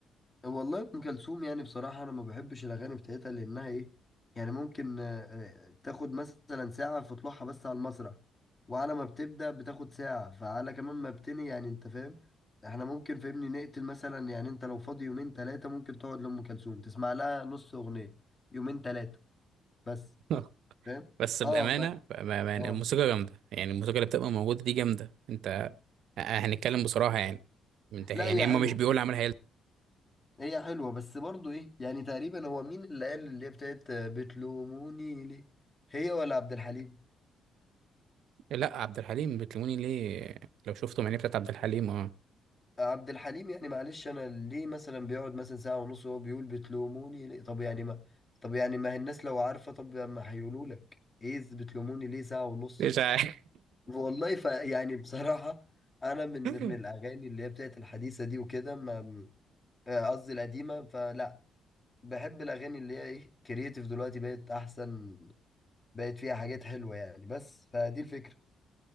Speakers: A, on the left; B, on the right.
A: والله ام كلثوم يعني بصراحه انا ما بحبش الاغاني بتاعتها لانها ايه يعني ممكن آه، آه، تاخد مثلا ساعه في طلوعها بس على المسرح وعلى ما بتبدا بتاخد ساعه فعلى كمان ما بتني يعني انت فاهم احنا ممكن فهمني نقتل مثلا يعني انت لو فاضي يومين ثلاثه ممكن تقعد لام كلثوم تسمع لها نص اغنيه يومين ثلاثه بس
B: لا
A: فاهم
B: <laughs> بس
A: اه
B: بامانه
A: ف...
B: بامانه
A: اه
B: الموسيقى جامده يعني الموسيقى اللي بتبقى موجوده دي جامده انت هنتكلم بصراحه يعني انت يعني
A: لا هي
B: هم
A: حلوه
B: مش بيقول عملها هي
A: هي حلوه بس برضو ايه يعني تقريبا هو مين اللي قال اللي هي بتاعت آه، بتلوموني ليه هي ولا عبد الحليم
B: لا عبد الحليم بتلوموني ليه لو شفتوا معنيه بتاعت عبد الحليم اه
A: عبد الحليم يعني معلش انا ليه مثلا بيقعد مثلا ساعة ونص وهو بيقول بتلوموني ليه طب يعني ما طب يعني ما هي الناس لو عارفة طب ما هيقولوا لك ايه إز بتلوموني ليه ساعة ونص
B: مش عارف
A: والله ف يعني بصراحة انا من من
B: <laughs>
A: الاغاني اللي هي بتاعت الحديثة دي وكده ما آه، قصدي القديمة فلا بحب الاغاني اللي هي ايه كرييتيف دلوقتي بقت احسن بقت فيها حاجات حلوة يعني بس فدي الفكرة